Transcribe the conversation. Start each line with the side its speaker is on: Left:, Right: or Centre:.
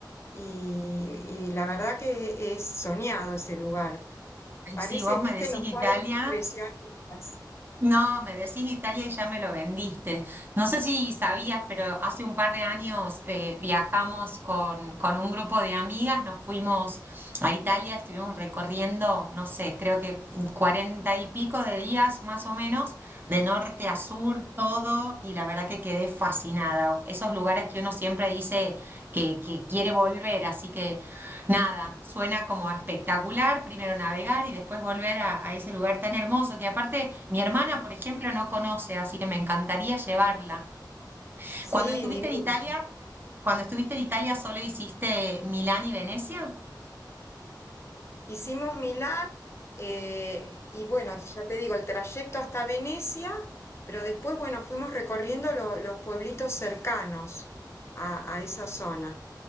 Left: y, y la verdad que es soñado ese lugar. Parece,
Right: Si vos
Left: viste,
Right: me decís
Left: los cuadros
Right: Italia,
Left: impresionistas.
Right: No, me decís Italia y ya me lo vendiste. No sé si sabías, pero hace un par de años eh, viajamos con, con un grupo de amigas, nos fuimos a Italia, estuvimos recorriendo, no sé, creo que cuarenta y pico de días más o menos, de norte a sur, todo, y la verdad que quedé fascinada. Esos lugares que uno siempre dice que, que quiere volver, así que Nada, suena como espectacular, primero navegar y después volver a, a ese lugar tan hermoso que aparte mi hermana, por ejemplo, no conoce, así que me encantaría llevarla.
Left: Sí,
Right: Cuando estuviste
Left: divino.
Right: en Italia, cuando estuviste en Italia solo hiciste Milán y Venecia.
Left: Hicimos Milán eh, y bueno, ya te digo, el trayecto hasta Venecia, pero después, bueno, fuimos recorriendo lo- los pueblitos cercanos a, a esa zona.